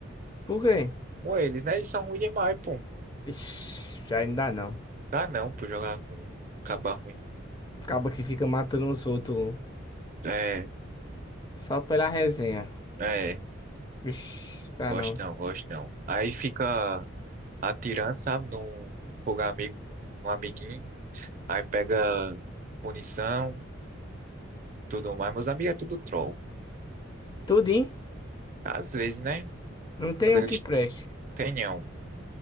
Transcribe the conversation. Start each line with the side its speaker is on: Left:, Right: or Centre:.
Left: Por quê?
Right: Com eles, né? Eles são ruins demais, pô.
Left: Ixi, ainda não.
Right: Dá não, pô, jogar com um caba ruim.
Left: Acaba que fica matando os outros. um.
Right: É,
Left: Só pela resenha.
Right: é,
Left: Vixe, tá
Right: gosto
Left: não.
Right: não, gosto não. Aí fica atirando, sabe, no no fogo amigo, um amiguinho, aí pega punição, tudo mais. Meus amigos é tudo troll.
Left: Tudo, hein?
Right: Às vezes, né?
Left: Não tem
Right: Quando
Left: um
Right: eles
Left: que preste.
Right: tenham.